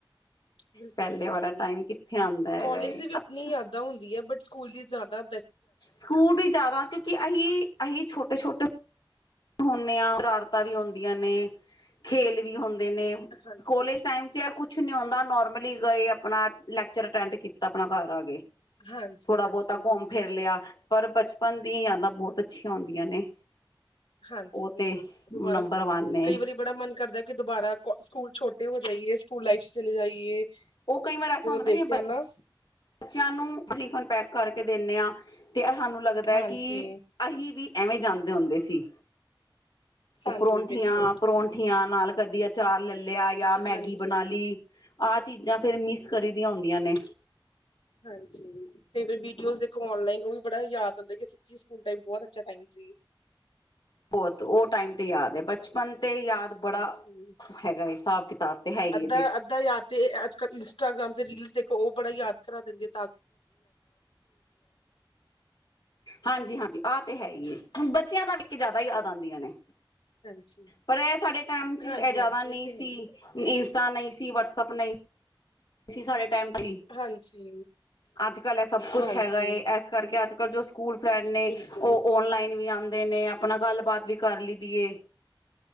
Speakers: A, on the left; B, on the left.
A: ਬਿਲਕੁਲ
B: ਪਹਿਲੇ
A: ਬਿਲਕੁਲ
B: ਵਾਲਾ ਟਾਈਮ ਕਿੱਥੇ ਆਉਂਦਾ ਹੈਗਾ
A: ਕੋਾਲਜ
B: ਏ
A: ਦੀ ਵੀ ਆਪਣੀ
B: ਅੱਛਾ
A: ਯਾਦਾਂ ਹੁੰਦੀ ਹੈ ਬਟ ਸਕੂਲ ਦੀ ਜਿਆਦਾ
B: ਸਕੂਲ ਵੀ ਜ਼ਿਆਦਾ ਕਿਉਂਕਿ ਅਸੀਂ ਅਸੀਂ ਛੋਟੇ ਛੋਟੇ ਹੁੰਦੇ ਹਾਂ ਰਾਰਤਾਂ ਵੀ ਹੁੰਦੀਆਂ ਨੇ ਖੇਲ ਵੀ ਹੁੰਦੇ
A: ਹਾਂਜੀ
B: ਕੋਲੇਜ ਟਮ ਚ ਕੁਛ ਨੀ ਹੁੰਦਾ ਨੋਰਮਲੀ ਗਏ ਆਪਣਾ ਲੈਕਚਰ ਅਡ ਕੀਤਾ ਆਪਣਾ ਘਰ ਆ ਗ
A: ਹਾਂਜੀ
B: ਥੋੜਾ
A: ਹਾਂਜੀ
B: ਬਹੁਤਾ
A: ਬਿਲਕੁਲ
B: ਘੁੰਮ ਫਿਰ
A: ਜੀ
B: ਲਿਆ ਪਰ ਬਚ ਪਨ ਦੀਆਂ ਯਾਦਾਂ ਬਹੁਤ ਅੱਛੀਆਂ ਹੁੰਦੀਆਂ ਨੇ।
A: ਹਾਂਜੀ
B: ਉਹ
A: ਬਿਲਕੁਲ,
B: ਤੇ
A: ਦੁਬਾਰਾ
B: ਨੰਬਰ ਵਨ ਨੇ
A: ਕਈ ਵਾਰੀ ਬੜਾ ਮਨ ਕਰਦਾ ਕਿ ਦੁਬਾਰਾ ਕੋ ਸਕੂਲ ਛੋਟੇ ਹੋ ਜਾਈਏ, ਸਕੂਲ ਲਾਈਫ ਚਲੇ ਜਾਈਏ।
B: ਉਹ ਕਈ ਵਾਰ ਐਸਾ
A: ਜਦੋਂ
B: ਹੁੰਦਾ
A: ਦੇਖਦੇ
B: ਜਿਵੇਂ
A: ਆ ਨਾ
B: ਬੱਚਿਆਂ ਨੂੰ ਟੀਫਨ ਪੈਕ ਕਰਕੇ ਦੇਣੇ ਹਾਂ। ਤੇ ਏਹ ਸਾਨੂੰ ਲੱਗਦਾ
A: ਹਾਂਜੀ
B: ਏ ਕਿ ਅਹੀਂ ਵੀ ਐਵੇਂ ਜਾਂਦੇ ਹੁੰਦੇ ਸੀ। ਉਹ
A: ਹਾਂਜੀ
B: ਪਰੋਂਂਠੀਆਂ-ਪਰੋਂਠੀਆਂ
A: ਬਿਲਕੁਲ
B: ਨਾਲ ਕਧੀ ਅਚਾਰ ਲੇ ਦਆ ਯਾ
A: ਹਾਂਜੀ
B: ਮੈਗੀ ਬਣਾ ਲਈ, ਆਹ ਚੀਜ਼ਾਂ ਫੇਰ
A: ਬਿਲਕੁਲ
B: ਮਿਸ ਕਰੀ ਦੀਆਂ ਹੁੰਦੀਆਂ ਨੇ।
A: ਹਾਂਜੀ ਕਈ ਵਾਰ ਵੀ ਕਲੋਜ਼ ਦੇਖੋ ਔਨਲਾਇਨ, ਉਹ ਵੀ ਬੜਾ ਯਾਦ ਆਂਦਾ ਏ ਕਿ ਸੱਚੀ ਸਕੂਲ ਟਾਈਮ ਬਹੁਤ ਅੱਛਾ ਟਾਈਮ ਸੀ।
B: ਬਹੁਤ ਉਹ ਟਾਈਮ ਤੇ ਯਾਦ ਹੈ ਬਚਪਨ ਤੇ ਯਾਦ ਬੜਾ
A: ਹਾਂਜੀ
B: ਹੈਗਾ ਏ ਹਿਸਾਬ ਕਿਤਾਬ, ਤੇ ਹੈ ਹੀ
A: ਅੱਧਾ
B: ਏ ਦੇ
A: ਅੱਧਾ ਯਾਦ ਤੇ ਅੱਜ ਕੱਲ੍ਹ ਇੰਸਟਾਗ੍ਰਾਮ ਦੇ ਰੀਲਸ ਦੇਖੋ, ਉਹ ਬੜਾ ਯਾਦ ਕਰਾ ਦਿੰਦੇ
B: ਹਾਂਜੀ-ਹਾਂਜੀ, ਆਹ ਤੇ ਹੈ ਹੀ ਏ, ਹੁਣ ਬੱਚਿਆਂ ਦਾ ਵੇਖ ਕੇ ਜਿਆਦਾ ਯਾਦ ਆਉਂਦੀਆਂ ਨੇ।
A: ਹਾਂਜੀ
B: ਪਰ ਇਹ ਸਾਡੇ ਟਾਈਮ ਚ ਇਹ
A: ਹਾਂਜੀ
B: ਜ਼ਿਆਦਾ
A: ਹਾਂਜੀ
B: ਨਹੀਂ
A: ਇਹ ਤੇ
B: ਸੀ।
A: ਹੈ ਹੀ ਹੈ।
B: ਇੰਸਟਾ ਨਹੀਂ ਸੀ, ਵਟਸਪ ਨਹੀਂ ਅਸੀਂ ਸਾਡੇ ਟਾਈਮ ਸੀ
A: ਹਾਂਜੀ।
B: ਅੱਜ ਕੱਲ ਇਹ ਸਭ ਕੁਛ
A: ਹਾਂਜੀ
B: ਹੈਗਾ ਏ, ਏਸ ਕਰਕੇ ਅੱਜ ਕੱਲ ਜੋ ਸਕੂਲ ਫਰੈਂਡ ਨੇ,
A: ਬਿਲਕੁਲ
B: ਉਹ ਔਨਲਾਈਨ ਵੀ ਆਂ ਆਦੇ ਨੇ ਆਪਣਾ ਗੱਲਬਾਤ ਵੀ ਕਰ ਲਈਦੀਏ